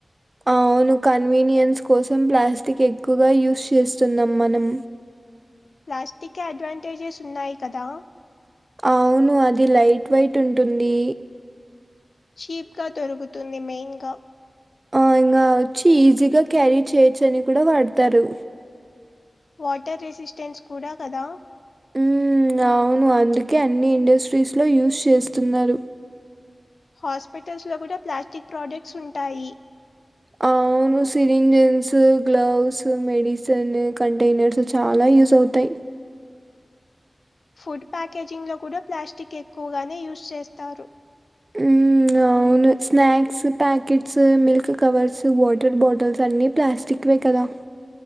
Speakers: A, on the right; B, on the left.
A: అవును కన్వీనియన్స్ కోసం ప్లాస్టిక్ ఎక్కువగా యూస్ చేస్తున్నాం మనం
B: ప్లాస్టిక్ అడ్వాంటేజెస్ ఉన్నాయి కదా
A: అవును అది లైట్ వైట్ ఉంటుంది
B: చీప్ గా దొరుకుతుంది మెయిన్ గా
A: ఆ ఇంకా వచ్చి ఈజీగా క్యారీ చేయొచ్చు అని కూడా వాడతారు
B: వాటర్ రెసిస్టెన్స్ కూడా కదా
A: ఉమ్మ్ అవును అందుకే అన్ని ఇండస్ట్రీస్లో యూస్ చేస్తున్నారు
B: హాస్పిటల్స్ లో కూడా ప్లాస్టిక్ ప్రోడక్ట్స్ ఉంటాయి
A: అవు ను సిరింజన్స్ గ్లవ్స్ మెడిసిన్ కంటైనర్స్ చాలా యూస్ అవుతాయి
B: ఫుడ్ ప్యాకేజింగ్ లో కూడా ప్లాస్టిక్ ఎక్కువగానే యూస్ చేస్తారు
A: ఉమ్ అవు ను snacks packets milk covers water bottles అన్నీ ప్లాస్టిక్వే కదా